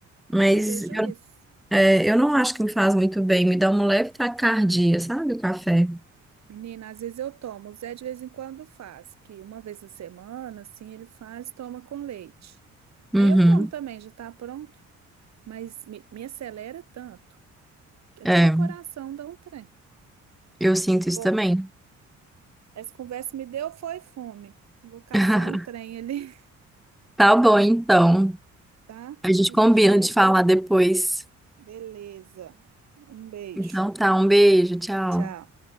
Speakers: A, in the centre; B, on the right.
A: Mas
B: eu vejo isso.
A: É, eu não acho que me faz muito bem, me dá uma leve taquicardia, sabe, o café?
B: Menina, às vezes eu tomo. O Zé de vez em quando faz, que uma vez na semana, assim, ele faz e toma com leite.
A: Uhum.
B: Aí eu tomo também, já tá pronto. Mas me, me acelera tanto que até
A: É,
B: o coração dá um trem.
A: eu sinto isso
B: Bom,
A: também.
B: essa conversa me deu foi fome. Vou caçar
A: <laughs>
B: um trem ali,
A: Tá bom, então.
B: <laughs> tá?
A: A gente
B: A
A: combina
B: gente vai.
A: de falar depois.
B: Beleza. Um beijo.
A: Então tá, um beijo, tchau.
B: Tchau.